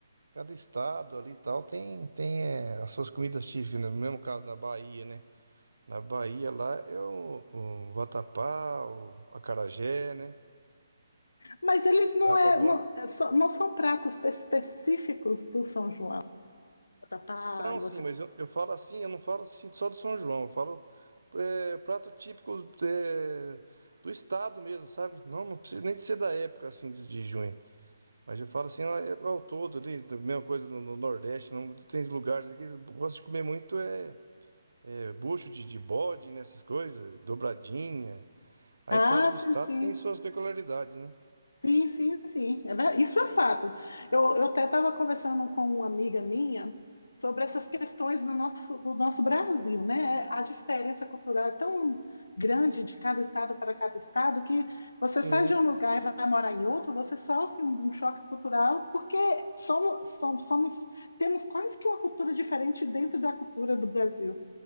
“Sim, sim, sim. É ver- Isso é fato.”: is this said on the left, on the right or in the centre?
Left